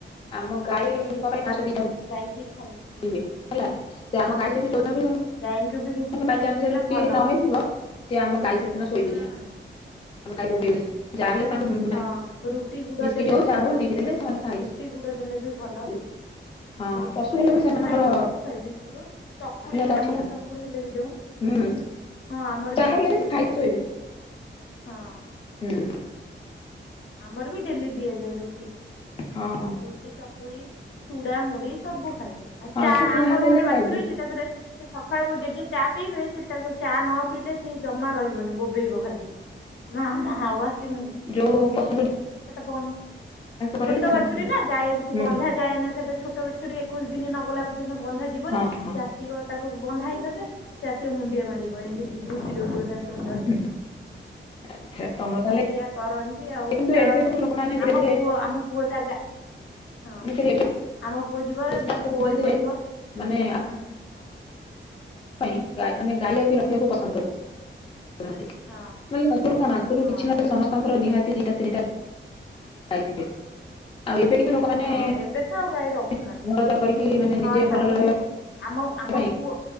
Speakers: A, on the left (about 30°); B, on the left (about 75°).
A: ଆମ ଗାଈ ପାଇଁ ଫାର୍ଷ୍ଟ ଦିଟା ରୁ
B: ଗାଈ କିିଏ ଖାଇବ?
A: <inaudible> ହେଲା ସେ ଆମ ଗାଈ କତିକି ଯୋଉ ଦିନ
B: ଗାଈଙ୍କୁ ରୁଟି
A: ବି
B: ଖାଇବାକୁ
A: ବାଇଚାଞ୍ଜ
B: ଦେଲେ
A: ରୁଟି
B: ଭଲ।
A: ନ ହେଇଥିବ ସେ ଆମ ଗାଈ ସେଦିନ ଶୋଇବେନି
B: ହୁଁ।
A: ଆ <unintelligible> ଆମ ଗାଈ ବିବେଇବେ ଯାହା ହେଲେ ତାଙ୍କୁ <unintelligible>
B: ହଁ, ରୁଟି ଗୁଡ
A: ବିସ୍କିଟ
B: ଦେଲେ
A: ହଉ ଚାହା ହଉ ନେଇକି
B: ରୁଟି
A: ଦେଲେ ସେମାନେ ଖାଇକି
B: ଗୁଡ ଦେଲେ ବି ଭଲ।
A: ଶୋଇବେ ହଁ
B: ରୁଟି
A: ପଶୁ
B: ଗୁଡ
A: ହେଲେ ବି
B: ହଁ
A: ସେମାନଙ୍କର
B: ଗାଈ ତ ସବୁ ଖାଏ ବିସ୍କୁଟୁ ଚକୁଳି
A: ଆତ୍ମୀୟତା ଅଛି
B: ଆମର
A: ନା
B: ଚକୁଳି ହେଲେ ବି ଦଉ।
A: ହୁଁ
B: ହଁ ଆମର
A: ଯାହା
B: ବି ଚକୁଳି
A: ହେଲେ ସେ ଖାଇକି
B: ବି
A: ଶୋଇବେ
B: ଦିଆଯାଏ ହଁ।
A: ହୁଁ।
B: ଆମର ବି ଡେଲି ଦିଆଯାଏ ରୁଟି।
A: ହଁ।
B: ରୁଟି, ଚକୁଳି, ଚୁଡା, ମୁଢ଼ି ସବୁ ଖାଇବେ ଆଉ
A: ହଁ
B: ଚା
A: ସେ ଯାହା
B: ଆମର
A: ଦେଲେ
B: ଗୋଟେ ବାଛୁରୀ
A: ଖାଇବେ
B: ଅଛି ତାଧୀରେ <unintelligible> ସେ ସକାଳେ ମୁଁ ଜେଜେ ଚା ପିଇବେ ସେ ତାକୁ ଚା ନପିଇଲେ ସେ ଜମା ରହିବନି ବୋବେଇବ ଖାଲି। ମା ମା ହବ ଆସି ମୁ <unintelligible>
A: ଯଉ <unintelligible>
B: ସେଟା ବ
A: କରେଇଲେ
B: ଛୋଟ
A: ସେମାନେ
B: ବାଛୁରୀ ନା ଗାଈ କିଛି
A: ହୁଁ
B: ବନ୍ଧା ଯାଏନା ସେଟା ଛୋଟ ବାଛୁରୀ ଏକୋଇଶି ଦିନ ନ ଗଲା ପର୍ଯ୍ୟନ୍ତ ବନ୍ଧା ଯିବନି
A: ହଁ
B: ସେ
A: ହଁ
B: ଆସିବ ତାକୁ ବନ୍ଧା ହେଇ ନ ଥାଏ ସେ ଆସିବେ ମୁଣ୍ଡିଆ ମାରିବ ଏମିତି ଭୁଷି ଦଉଥିବ ତା ସହ।
A: ହୁଁ ଆଚ୍ଛା ତମର ତାହେଲେ
B: ଏଇଆ କରନ୍ ଆଉ
A: କିନ୍ତୁ
B: ଖେଳନ୍ତି
A: ଏବେ ସବୁ ଲୋକମାନେ ଧୀରେ
B: ଆମ
A: ଧୀରେ
B: ପୁଅ ଆମ ପୁଅ ତା ଗା ହଁ
A: ମୁଁ କହିଲି ଏବେ
B: ଆମ ପୁଅ ଯିବ
A: ସମସ୍ତେ
B: ତାକୁ
A: ଧୀରେ
B: ଓହଳି
A: ଧୀରେ
B: ପଡିବ,
A: ମାନେ
B: ହୁଁ।
A: ସେଥି ପାଇଁ ମାନେ ଗାଈ ଆଉ ବି ରଖିବାକୁ ପସନ୍ଦ କରୁ ନାହାନ୍ତି <unintelligible>
B: ହଁ।
A: ନାଇ ଆଗରୁ କଣ ଆଗରୁ
B: ହଁ
A: କିଛି ନା ସମସ୍ତଙ୍କର ନିହାତି ଦିଟା ତିନିଟା ଗାଇଥିବେ। ଆଉ ଏବେ କିନ୍ତୁ ଲୋକମାନେ
B: ହଁ
A: ଘରଦ୍ୱର
B: ଏବେ ତ ଆଉ ଗାଈ ରଖୁନାହାନ୍ତି
A: କରିକି ମାନେ
B: ହଁ
A: ନିଜେ
B: ସାଙ୍ଗ
A: ଭଲରେ ରହିବା।
B: ଶୁଣ ଆମ ଆମପୁଅ।
A: ପାଇଁ